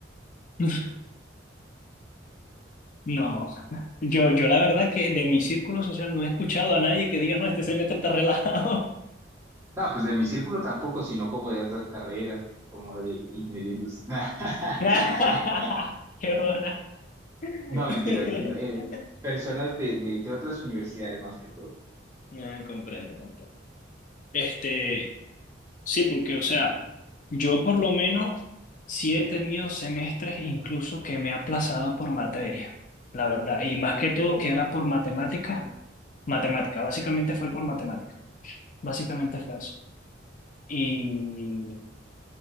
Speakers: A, on the left; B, on the right.
A: <laughs> No, <laughs> yo, yo la verdad que de mi círculo social no he escuchado a nadie que diga, no, este semestre está relajado.
B: No, pues de mi círculo tampoco, sino como de otras carreras, como de ingeniería industrial. <laughs>
A: <laughs> ¡Qué bola! <laughs>
B: No, mentiras. eh, personas de, de, de otras universidades más que todo.
A: No, comprendo, comprendo. Este, sí, porque, o sea, yo por lo menos sí he tenido semestres incluso que me he aplazado por materia, la verdad, y más que todo que era por matemática, matemática, básicamente fue por matemática, básicamente fue eso. Y,